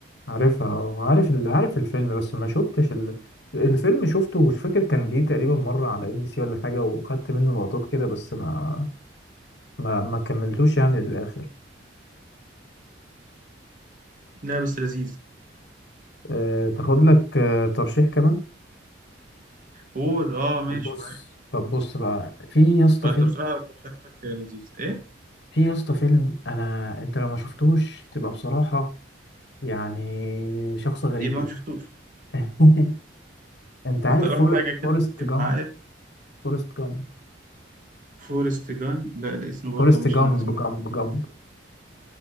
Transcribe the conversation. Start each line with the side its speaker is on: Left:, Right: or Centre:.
Left: عارفها آه، عارف ال- عارف الفيلم بس ما شفتش ال... الفيلم شفته مش فاكر كان جه تقريبا مرة على ام بي سي ولا حاجة وخدت منه لقطات كده بس ما ما ما كملتوش يعني للآخر
Right: لا بس لذيذ
Left: أه... تاخد لك أه... ترشيح كمان
Right: قول اه ماشي
Left: طب بص
Right: معاك
Left: طب بص بقى في يا اسطى
Right: آه،
Left: فيلم
Right: انت بصراحة ترشيحاتك لذيذ ايه
Left: في يا اسطى فيلم انا انت لو ما شفتوش تبقى بصراحة يعني شخص غريب
Right: يبقى
Left: جدا
Right: ما شفتوش
Left: <laughs> انت عارف
Right: ما طالما
Left: فور...
Right: حاجة
Left: فورست
Right: كده خفيف
Left: جامب
Right: معايا
Left: فورست جامب
Right: فورست جان لا الاسم برضه
Left: فورست
Right: مش
Left: جامب
Right: من الاسم
Left: جامب جامب